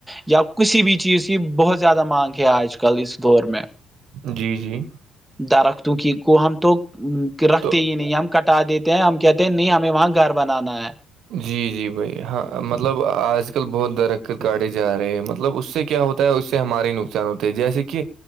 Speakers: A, in the centre; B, on the right.
A: یا کسی بھی چیز کی بہت زیادہ مانگ ہے آج کل اس دور میں
B: جی جی
A: درختوں کی کو ہم تو رکھتے
B: تو
A: ہی نہیں ہم کٹا دیتے ہیں ہم کہتے ہیں نہیں ہمیں وہاں گھر بنانا ہے
B: جی جی بھائی ہاں مطلب آج کل بہت درخت کاڑے جا رہے ہیں مطلب اس سے کیا ہوتا اس سے ہمارے نقصان ہوتا ہے جیسے کہ